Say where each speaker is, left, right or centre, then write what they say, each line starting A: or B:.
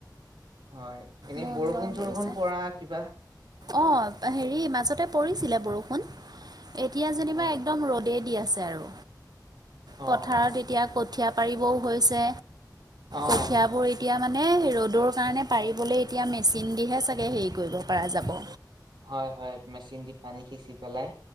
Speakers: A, on the right; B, on the right.
A: হয়, এনেই
B: বহুত
A: বৰষুণ
B: গৰম পৰিছে
A: চৰষুণ পৰা কিবা।
B: অ' হেৰি মাজতে পৰিছিলে বৰষুণ, এতিয়া যেনিবা
A: হয়
B: একদম ৰ'দে দি আছে আৰু।
A: অ
B: পথাৰত
A: অ
B: এতিয়া কঠীয়া পাৰিবও হৈছে,
A: অ
B: কঠিয়াবোৰ এ এতিয়া মানে ৰ'দৰ কাৰণে পাৰিবলৈ এতিয়া মেচিন দিহে চাগে হেৰি কৰিব পৰা যাব।
A: হয় হয় মেচিন দি পানী সিচি পেলাই।